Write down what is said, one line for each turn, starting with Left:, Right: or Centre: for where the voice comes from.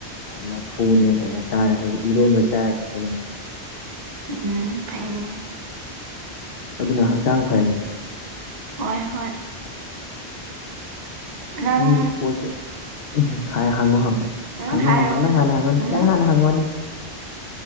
Left: ꯂꯐꯨꯅꯦ ꯇꯧꯔꯒ ꯆꯥꯔꯦ ꯑꯩꯈꯣꯏꯁꯨ ꯏꯔꯣꯝꯕ ꯆꯥꯏꯔꯦ ꯑꯩꯈꯣꯏꯁꯨ ꯃꯁꯤ
Right: ꯎꯝ ꯐꯥꯏꯅꯦ
Left: ꯑꯗꯨꯅ ꯍꯛꯆꯥꯡ ꯐꯩꯅꯤ
Right: ꯍꯣꯏ ꯍꯣꯏ ꯅꯪ
Left: ꯅꯪꯗꯤ ꯏꯁꯄꯣꯔꯠꯁ ꯎꯝ ꯍꯥꯏ ꯍꯪꯉꯣ ꯍꯪꯉꯣ
Right: ꯎꯝ
Left: ꯍꯪꯉꯣ
Right: ꯍꯥꯏꯔꯛꯑꯣ
Left: ꯍꯪꯉꯣ ꯅꯪ ꯍꯥꯟꯅ ꯍꯥꯡꯉꯣꯅꯦ
Right: ꯎꯝ
Left: ꯅꯪ ꯍꯥꯟꯅ ꯍꯪꯉꯣꯅꯦ